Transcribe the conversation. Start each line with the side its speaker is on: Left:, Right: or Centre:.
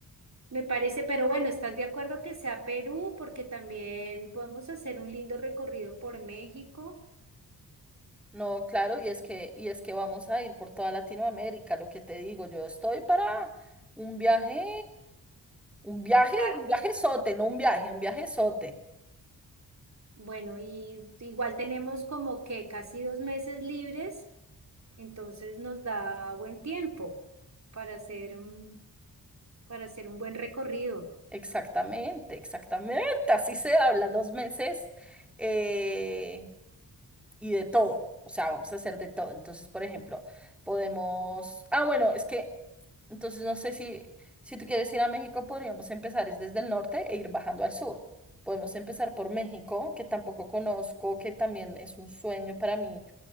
Right: me parece, pero bueno, ¿estás de acuerdo que sea Perú? Porque también podemos hacer un lindo recorrido por México.
Centre: No, claro, y es que, y es que vamos a ir por toda Latinoamérica, lo que te digo, yo estoy para un viaje, un viaje,
Right: Largo.
Centre: un viaje sote, no un viaje, un viaje sote.
Right: Bueno, y igual tenemos como que casi dos meses libres. Entonces nos da buen tiempo para hacer un, para hacer un buen recorrido.
Centre: Exactamente, exactamente, así se habla, dos meses. Eh, y de todo. O sea, vamos a hacer de todo. Entonces, por ejemplo, podemos... Ah, bueno, es que... Entonces, no sé si, si tú quieres ir a México, podríamos empezar es desde el norte e ir bajando al sur. Podemos empezar por México, que tampoco conozco, que también es un sueño para mí